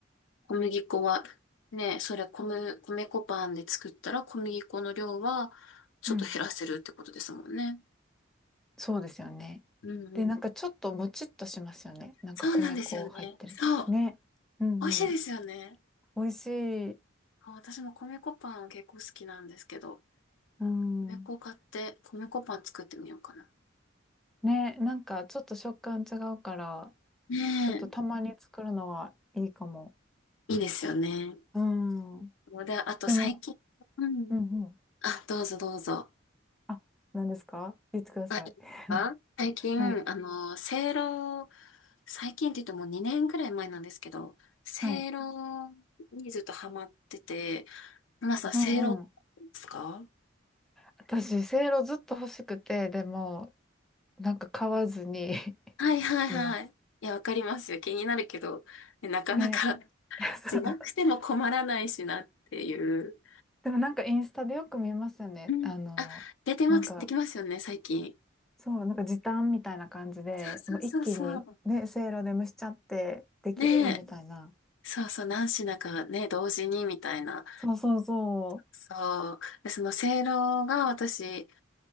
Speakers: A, on the left; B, in the centre.
A: 小麦粉は、ね、それは米、米粉パンで作ったら小麦粉の量はちょっと減らせるってことですもんね。
B: うん。そうですよね。
A: うんうん。
B: で、なんかちょっともちっとしますよね。なんか米粉入ってると。
A: そうなんですよね。そう。
B: ね。うんうん。
A: 美味しいですよね。
B: 美味しい。
A: あ私も米粉パンは結構好きなんですけど、
B: うん。
A: 米粉買って米粉パン作ってみようかな。
B: ね、なんかちょっと食感違うから、
A: ねえ、
B: ちょっとたまに作るのはいいかも。
A: いいですよね。
B: うん。
A: で、あと最近、
B: でも、
A: うん。
B: うんうん。
A: あ、どうぞどうぞ。
B: あ、何ですか言ってください。
A: あ、いいですか最近、
B: <laughs> はい。
A: あの、せいろ、最近って言っても2年ぐらい前なんですけど、せいろにずっとハマってて、
B: はい。
A: 皆さん、
B: うんうん。
A: せいろですか
B: 私、せいろずっと欲しくて、でも、なんか買わずに
A: はいはいはい。
B: <laughs> います。
A: いや、わかりますよ。気になるけど、ねなかなか、
B: ね。<laughs> そう
A: しなくても困らないしなっていう。
B: でもなんかインスタでよく見ますよね。
A: うん。
B: あの、
A: あ、出てます、
B: なんか、
A: できますよね、最近。
B: そう、なんか時短みたいな感じで、
A: そうそうそうそう。
B: もう一気にね、せいろで蒸しちゃってできるみたいな。
A: ねえ。そうそう、何品かね、同時にみたいな。
B: そうそうそ
A: そう。で、その、せいろが私、好